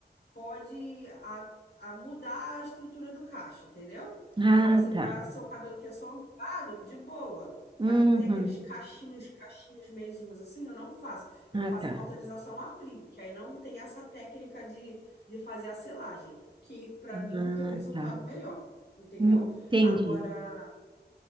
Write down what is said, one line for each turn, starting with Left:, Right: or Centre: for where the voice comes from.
Left: pode a, a mudar a estrutura do cacho, entendeu?
Right: Ah,
Left: Agora, assim,
Right: tá.
Left: para seu cabelo que é só ondulado, de boa.
Right: Uhum.
Left: Para quem tem aqueles cachinhos, cachinhos mesmos, assim, eu não faço. Eu
Right: Ah,
Left: faço
Right: tá.
Left: a cauterização a frio, que aí não tem essa técnica de, de fazer a selagem, que para
Right: Ah,
Left: mim tem um resultado
Right: tá.
Left: melhor, entendeu?
Right: Entendi.
Left: Agora.